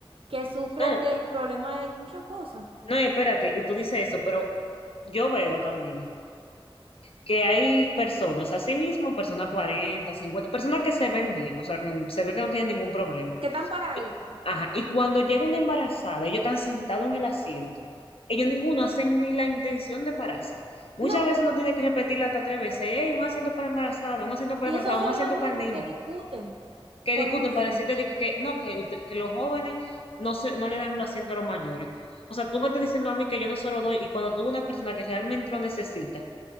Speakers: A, on the right; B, on the left.
A: que sufren
B: No,
A: de problemas de muchas cosas,
B: no, y espérate, y tú dices eso, pero yo veo también que hay personas, así mismo, personas 40 50 personas que se ven bien, o sea, que se ve que no tienen ningún problema,
A: que están paraditos.
B: Y- Ajá, y cuando llega una embarazada, ellos están sentados en el asiento. Ellos ninguno hacen ni la intención de pararse. Muchas
A: No,
B: veces uno tiene que repetirla hasta tres veces. Hey, un asiento para embarazada, un asiento para
A: y
B: embarazada,
A: esos son
B: un asiento
A: los mismos
B: para el niño.
A: que discuten
B: Que
A: por
B: discuten
A: un asiento.
B: para decirte de que, que no, que, usted- que los jóvenes no, se, no le dan los asientos a los mayores. O sea, tú me estás diciendo a mí que yo no se lo doy y cuando tú una persona que realmente lo necesita,